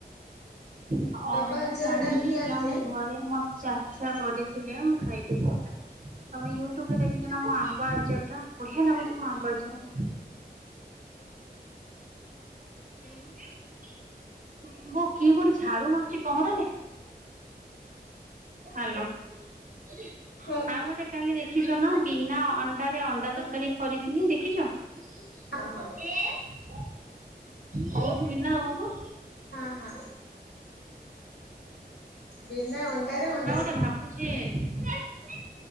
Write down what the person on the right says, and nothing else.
ହ ହଁ
ମୁଁ
ଜାଣିଲି
ଏକା
ଆମ ଘର୍ ରେ ମୋ ଚାଚା କରିଥିଲେ ମୁଁ ଖାଇଥିଲି। ତମେ ୟୁଟୁବୁରେ ଦେଖିଚ ନା ମୋ ଆମ୍ବ ଆଚାରଟା ବଢିଆ ନାଗୁଛି ମୋ ଆମ୍ବ ଆଚାର।
<inaudible>
ଉଁ ବୋଉ କିଏ କୋଉଠି ଝାଡୁ
ମାରୁଛି ପହଁରାରେ। ହାଲୋ ଆଉ
ଗୋଟେ କାଲି ଦେଖିଛ ନା ବିନା ଅଣ୍ଡାରେ ଅଣ୍ଡା ତରକାରୀ କରି ଥିନି ଦେଖିଛ <inaudible>
କହୁଥିଲି ନା ତମକୁ।
ଆଉ ଗୋଟେ ଭାବୁଛି ଅଁ